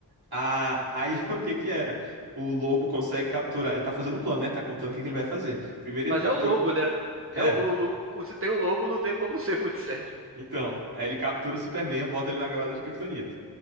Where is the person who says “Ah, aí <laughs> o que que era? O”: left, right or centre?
Right